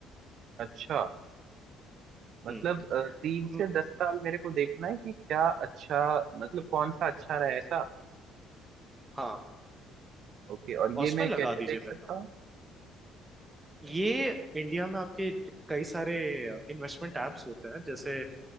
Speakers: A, on the right; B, on the right.
A: अच्छा मतलब
B: हम्म
A: अ, तीन से
B: म-
A: दस साल मेरे को देखना है कि क्या अच्छा मतलब कौन सा अच्छा रहा ऐसा
B: हाँ
A: ओके और
B: और
A: ये
B: उसमें
A: मैं
B: लगा
A: कैसे
B: दीजिए
A: देख सकता
B: पैसा
A: हूँ
B: ये इंडिया में आपके कई सारे इन्वेस्टमेंट एप्स होते हैं जैसे